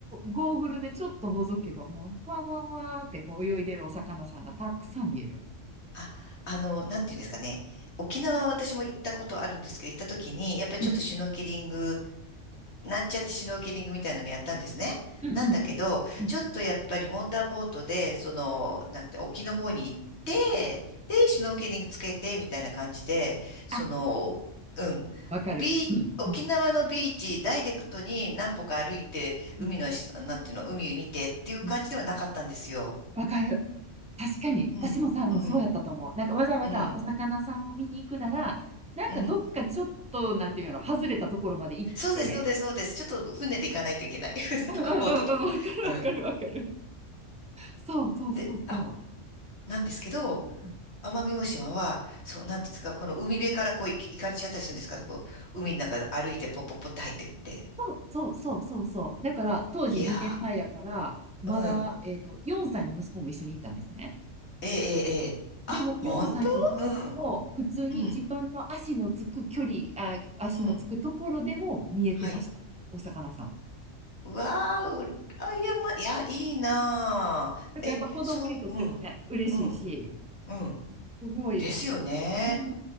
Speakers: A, in the centre; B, on the left (about 60°).
A: ゴーグルでちょっと覗けばもう、ふわふわふわーってこう泳いでるお魚さんがたくさん見える。
B: あ、あの、なんていうんですかね。沖縄は私も行ったことあるんですけど、行った時に、やっぱりちょっとシュノーケリング
A: うん、
B: なんちゃってシュノーケリングみたいなのやったんですね。
A: うん、
B: なんだけど、
A: うん、うん。うん
B: ちょっとやっぱりモーターボートで、その、なんて、沖の方に行って、で、シュノーケリングつけて、みたいな感じで、その、
A: あ、
B: うん、
A: わかる。
B: ビー沖縄のビーチ、
A: うん、うん、
B: ダイレクトに何歩か歩いて、海のし、
A: うん、
B: なんていうの、海見てっていう感じではなかったんですよ。
A: うん。わかる。確かに、
B: うん、
A: 私も多分そうやったと思う。
B: うん、
A: なんかわざわざお魚さんを見に行くなら、
B: うん、
A: なんかどっかちょっと、
B: うん。
A: なんていうの、外れたところまで行って、
B: そうです、そうです、そうです。ちょっと船で行かないといけない。<laughs> 船とかボートとか。
A: うん、うん、うん、うん、わかる、
B: うん。
A: わかる、わかる。そう、そう、
B: で、
A: そう、
B: あ、
A: そう。
B: なんですけど、
A: だから、うん
B: 奄美大島は、そう、なんていうんですか、この海辺からこうい行かれちゃったりするんですかこう、海の中歩いてポッポッポって入ってって。
A: そうそうそうそうそう。だから、当時2年前やから、
B: いや
A: まだ、
B: ー、うん。
A: えっと、4歳の息子も一緒に行ったんですね。
B: ええ、ええ、ええ。あ、
A: でも、
B: 本当
A: 4歳の息子も、
B: うん、
A: 普通に自分の足のつく距離、
B: うん、
A: あ、足のつくところでも見えてました。
B: うん。はい。
A: お魚さん。
B: うわー、うあ、や、ま、いや、いいなー。
A: だからやっぱ子供にとってもね、
B: え、そう、うん、
A: 嬉しいし、
B: うん、うん。
A: すごいな、
B: ですよね。
A: うん、